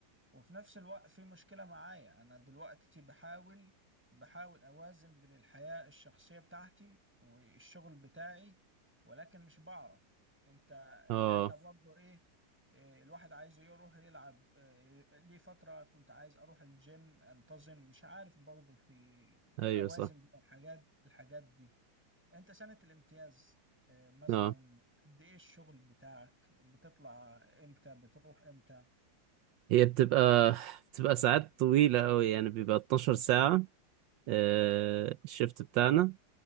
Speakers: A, in the centre; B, on the right.
A: وفي نفس الوقت في مشكلة معايا انا دلوقتي بحاول بحاول اوازن بين الحياة الشخصية بتاعتي والشغل بتاعي ولكن مش بعرف انت
B: اه
A: لان برضو ايه إيه، الواحد عايز يروح يلعب إيه، ليه فترة كنت عايز أروح الجيم أنتظم مش عارف برضه في
B: ايوه
A: أوازن
B: صح
A: بين الحاجات الحاجات دي أنت سنة الامتياز إيه، مثلا
B: اه
A: قد إيه الشغل بتاعك بتطلع إمتى بتروح إمتى
B: هي بتبقى بتبقى ساعات طويلة قوي يعني بيبقى 12 ساعة آه الشفت بتاعنا
A: أو-